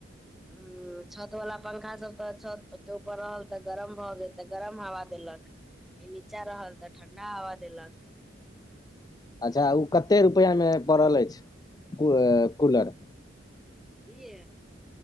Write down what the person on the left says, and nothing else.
अच्छा ओ कते रुपैआमे पड़ल अछि कू कूलर